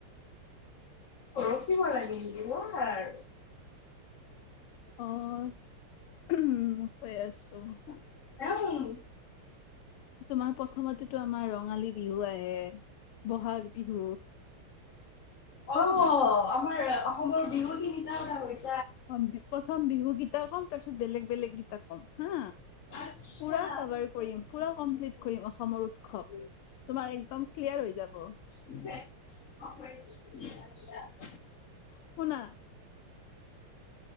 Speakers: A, on the left; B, on the left.
A: ৰখিব লাগিব নেকি ৰখ আৰ।
B: অ', উম, কৈ আছোঁ।
A: <unintelligible>
B: তোমাৰ প্ৰথমতেটো আমাৰ ৰঙালী বিহু আহে বহাগ বিহু।
A: অ', আমাৰ অসমৰ বিহু তিনিটা কথা কৈছোঁ।
B: অ', প্ৰথম বিহু গীতা ক'ম তাৰ পিছত বেলেগ বেলেগ গীতা ক'ম হা।
A: আচ্ছা
B: পুৰা কভাৰ কৰিম পুৰা কমপ্লিট কৰিম অসমৰ উৎসৱ, তোমাৰ একদম ক্লিয়াৰ হৈ যাব।
A: <unintelligible> <inaudible>
B: শুনা।